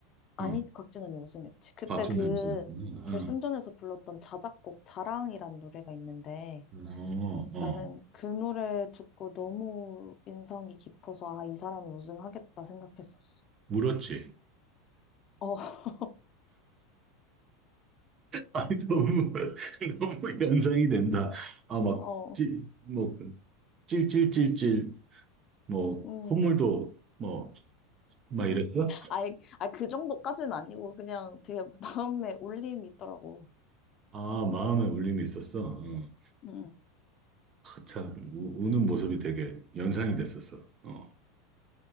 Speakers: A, on the left (about 35°); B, on the right (about 30°).
A: 아니,
B: 응.
A: 곽진원이 우승했지. 그때
B: 곽진은
A: 그
B: 우승했구나.
A: 결승전에서 불렀던 자작곡 자랑이란 노래가 있는데,
B: 응. 어,
A: 나는
B: 어.
A: 그 노래 듣고 너무 인상이 깊어서, 아, 이 사람이 우승하겠다 생각했었어.
B: 울었지.
A: 어, <laughs>
B: 아니, 너무, <laughs> 너무 연상이 된다. 아, 막,
A: 어,
B: 찌, 뭐, 찔찔찔찔, 뭐,
A: 음.
B: 콧물도, 뭐, 막 이랬어?
A: 아이, 아, 그 정도까지는 아니고, 그냥 되게 마음에 울림이 있더라고.
B: 아, 마음에 울림이 있었어. 어.
A: 음.
B: 참, 우- 우는 모습이 되게 연상이 됐었어. 어.